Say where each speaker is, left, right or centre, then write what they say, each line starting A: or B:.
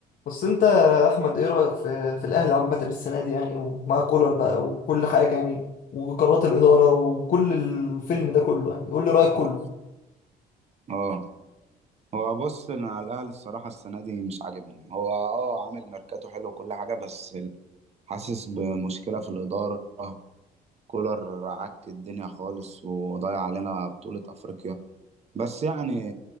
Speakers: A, on the left; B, on the right.
A: بس انت يا احمد ايه رايك في في الاهلي عامه السنه دي يعني ومع كولر بقى وكل حاجه يعني وقرارات الاداره وكل الفيلم ده كله يعني قول لي رايك كله
B: اه اه هو بص انا على الاهلي الصراحه السنه دي مش عاجبني هو اه عامل ميركاتو حلو وكل حاجه بس ال- حاسس بمشكله في الاداره كولر عك الدنيا خالص وضيع علينا بطوله افريقيا بس يعني